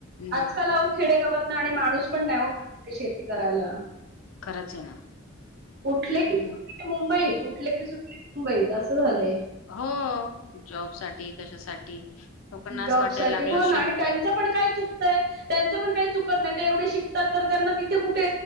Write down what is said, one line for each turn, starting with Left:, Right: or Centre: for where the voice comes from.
Left: म
Right: आजकाल अहो खेडेगावात आणि माणूस पण नाही ओ शेती करायला.
Left: खरंच आहे ना
Right: उठले
Left: हम्म
Right: कि मुंबईत. ऊठले की सुटले मुंबईत असं झालंय.
Left: हो जॉबसाठी, कशासाठी लोकांना असं
Right: जॉब
Left: वाटायला
Right: साठी
Left: लागलं
Right: हो
Left: शे
Right: ना आणि त्यांच पण काय चुकतय त्यांचं पण काही चुकत नाही ते एवढे शिकतात तर त्यांना तिथे कुठे